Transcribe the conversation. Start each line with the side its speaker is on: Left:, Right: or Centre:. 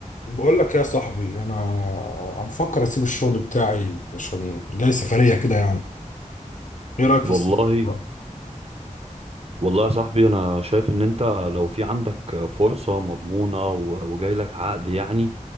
Left: بقول لك يا صاحبي انا انا بفكر اسيب الشغل بتاعي عشان جاي سفريه كده يعني ايه رايك في
Right: والله
Left: السفر بقى؟
Right: والله يا صاحبي انا شايف ان انت لو في عندك فرصة مضمونة و- وجاي لك عقد يعني